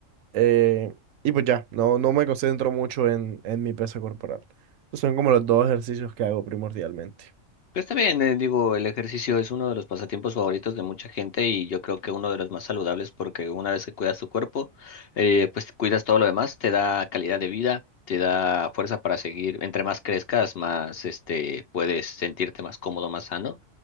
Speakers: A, on the right; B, on the left.
A: eh, y pues ya, no, no me concentro mucho en, en mi peso corporal. Esos son como los dos ejercicios que hago primordialmente.
B: Pues está bien, eh, digo, el ejercicio es uno de los pasatiempos favoritos de mucha gente y yo creo que uno de los más saludables porque una vez que cuidas tu cuerpo, eh, pues cuidas todo lo demás, te da calidad de vida, te da fuerza para seguir. Entre más crezcas, más este puedes sentirte más cómodo, más sano.